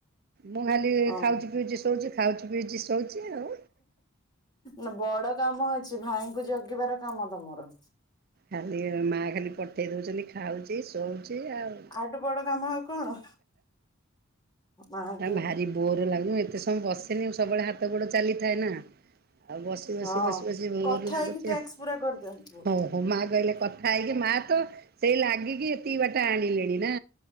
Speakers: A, on the right; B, on the left.
A: ମୁଁ ଖାଲି
B: ହଁ
A: ଖାଉଛି ପିଉଛି ଶଉଛି। ଖାଉଛି ପିଉଛି ଶୋଉଛି ଆଉ।
B: ନା ବଡ କାମ ଅଛି ଭାଇଙ୍କୁ ଜଗିବାର କାମ ତମର।
A: ଖାଲି ମାଆ ଖାଲି ପଠେଇ ଦଉଛନ୍ତି ଖାଉଛି ଶୋଉଛି ଆଉ।
B: ବଡ଼ ଟା କାମ ଆଉ କଣ? ମାଙ୍କୁ
A: ନା ଭାରି ବୋର୍ ଲାଗୁଛି ମୁଁ ଏତେ ସମୟ ବସେନି ମୁଁ ସବୁବେଳେ ହାତ ଗୋଡ ଚାଲିଥାଏ ନା। ଆଉ ବସି ବସି
B: ହଁ
A: ବସି ବସି ବୋର୍
B: କଥା
A: ଲାଗୁଛି
B: ହେଇକି ଟ୍ୟାକ୍ସ
A: ଆଉ ହଁ।
B: ପୁରା କରିଦିଅନ୍ତୁ
A: ମୋ ମାଆ କହିଲେ କଥା ହେଇକି ମାଆ ତ ସେଇ ଲାଗିକି ଏତିକି ବାଟ ଆଣିଲେଣି ନା।